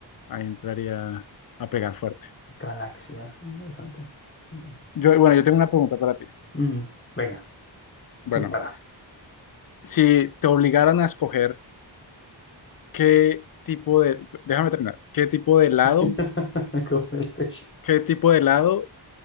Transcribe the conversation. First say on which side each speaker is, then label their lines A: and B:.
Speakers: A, on the left; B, on the left.
A: ahí entraría a pegar fuerte.
B: galaxia, interesante. Mm,
A: Yo, bueno, yo tengo una pregunta para ti.
B: mm, venga,
A: Bueno,
B: dispara.
A: si te obligaran a escoger qué tipo de, déjame terminar, qué tipo de helado,
B: <laughs> ¿Cómo es?
A: qué tipo de helado